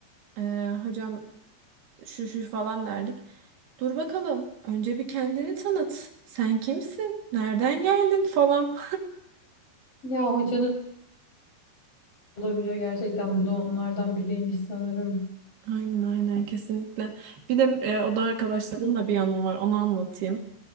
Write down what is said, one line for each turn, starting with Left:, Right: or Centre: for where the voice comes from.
Right: eee, hocam şu şu falan derdik. Dur bakalım önce bir kendini tanıt. Sen kimsin? Nereden geldin falan.
Left: Ya hocalık olabiliyor gerçekten. Bu da onlardan biriymiş sanırım.
Right: <laughs> Aynen aynen kesinlikle. Bir de eee, oda arkadaşlarımla bir anım var onu anlatayım.